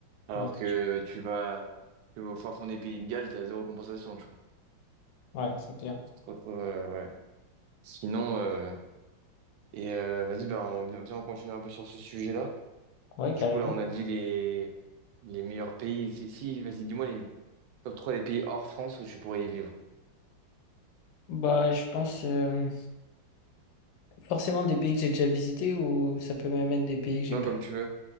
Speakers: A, on the right; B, on the left.
A: Alors
B: Ouais,
A: que tu vas, tu vas au fin fond des pays de Galles, t'as zéro compensation, tu vois.
B: ouais, c'est clair.
A: Tu te retrouves, euh, ouais. Sinon, euh, et euh, vas-y, bah, on, viens, on continue un peu sur ce sujet-là.
B: Ouais,
A: Du
B: carrément.
A: coup, là, on a dit les, les meilleurs pays. Si, si, vas-y, dis-moi les top 3 des pays hors France où tu pourrais y vivre.
B: Bah, je pense euh, forcément des pays que j'ai déjà visités ou ça peut même être des pays que
A: Non,
B: j'ai pas.
A: comme
B: vus.
A: tu veux.